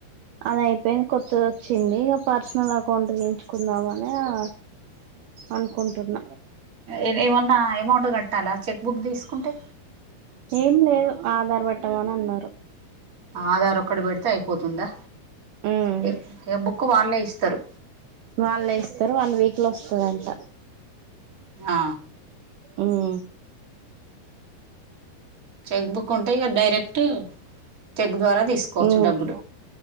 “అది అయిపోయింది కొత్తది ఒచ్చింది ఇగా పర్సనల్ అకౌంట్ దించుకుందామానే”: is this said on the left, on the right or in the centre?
Right